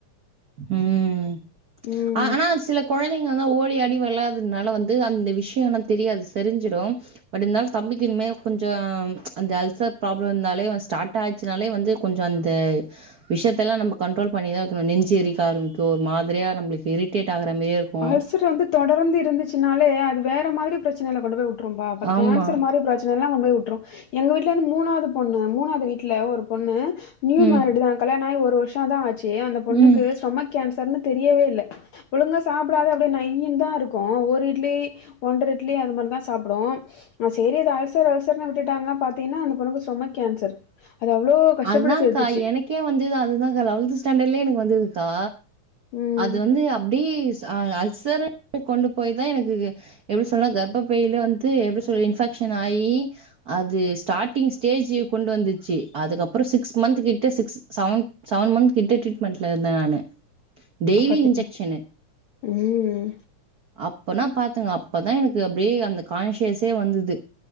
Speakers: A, on the right; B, on the left.
A: ம்
B: ம்.
A: ஆனா சில கொழந்தைங்க தான் ஓடி ஆடி வெளையாட்றதுனால வந்து அந்த விஷியம் இன்னும் தெரியாது செரிஞ்சிடும் பட் இருந்தாலும் தம்பிக்கு இனிமே கொஞ்சம் அந்த அல்சர் ப்ராப்லம் இருந்தாலே வந் ஸ்டாட்டாயிச்சினாலே வந்து கொஞ்சம் அந்த விஷயத்தல்லாம் நம்ம கண்ட்ரோல் பண்ணிதான் வைக்கணும் நெஞ் ச்செரிக்க ஆம்பிக்கும் ஒரு மாதிரியா நம்ளுக்கு இரிட்டேட் ஆகுற மாதிரியே இருக்கும்
B: அல்சர் வந்து தொடர்ந்து இருந்துச்சின் னாலே அது வேற மாதிரி ப்ரச்சனைல கொண்டு போய் உட் ரும் பா அப்றம்
A: ஆமா
B: கேன்சர் மாரி ப்ரச்னைலாம் கொண் டு போய் உட்ரு எங்க வீட்லர்ந்து மூணாவது பொண்ணு மூணாவது வீட்ல ஒரு பொண்ணு நியூ
A: ம்
B: மேரிடு தான் கல்யாணம் ஆயி ஒரு ரு வருஷோ தா ஆச் ச்சி அந்த பொண்ணுக்கு
A: ம்
B: ஸ்டொமக் கேன்சர்ன்னு தெரியவே இல்ல ஒழுங்கா ஸ் சாப்டாத அப்டியே நய்யின் தான் ருக்கும் ஒரு இட்லி ஒன்ற இட்லி அது மாரி தான் சாப்டும் செரி அது அல்சர் அல்சர்னு விட் டுட்டாங்க பாத்தீங்ன்னா அந்த பொண்ணுக்கு ஸ்டொமக் கேன்சர் அது அவ்ளோ கஷ்டப்பட்டு
A: அதான்க்கா
B: சேத்துச்சு.
A: எனக்கே வந்துது அதுதானக்கா லவெல்த்து ஸ் ஸ்டாண்டட்லயே எனக்கு வந்துதுக்கா
B: ம்.
A: அது வந்து அப்டீ அல்சருனு கொண்டு போய் தான் எனக்கு எப்டி சொல்லாம் கர்ப்பப்பைல வந்து எப்டி சொல்ல இன்ஃபெக்ஷன் ஆயி அது ஸ்டாட்டிங் ஸ்டேஜி கொண்டு வந்துச் ச்சி அதுக்கப்புறம் சிக்ஸ் மன்த்க் கிட்ட சிக்ஸ் செவன் செவன் மன்த் கிட்ட ட்ரீட்மெண்ட்ல இருந்தேன் நானு டெய்லி
B: பாத்தீங்க
A: இன்ஜெக்சனு
B: ம்.
A: அப்பனா பாத் பாத்துக்ங்க அப்பதான் எனக்கு அப்டியே அந்த கான்சியஸே வந்துது